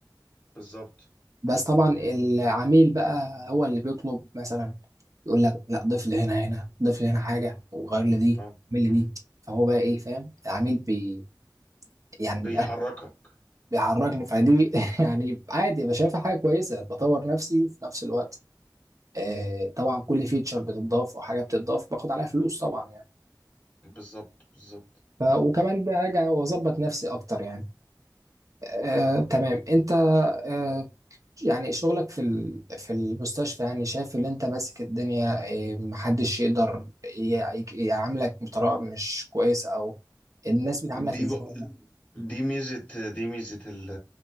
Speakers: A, on the left (about 20°); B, on the right (about 50°).
A: بالظبط
B: بس طبعا العميل بقى هو اللي بيطلب مثلا يقول لك لا ضيف لي هنا هنا ضيف لي هنا حاجه وغير لي دي
A: آه.
B: اعمل لي دي فهو بقى ايه فاهم العميل بي يعني
A: بيحركك
B: من الآخر بيحركني فدي <laughs> يعني عادي بشايفها حاجه كويسه بطور نفسي وفي نفس الوقت آه، طبعا كل فيتشر بتضاف او حاجه بتضاف باخد عليها فلوس طبعا يعني
A: بالظبط بالظبط
B: ف وكمان براجع واظبط نفسي اكتر يعني آه، تمام انت آه، يعني شغلك في ال- في المستشفى يعني شايف ان انت ماسك الدنيا آه، محدش يقدر ي- يعاملك بطريقه مش كويسه او الناس بتعاملك
A: دي
B: ازاي
A: بق... دي ميزة دي ميزة ال-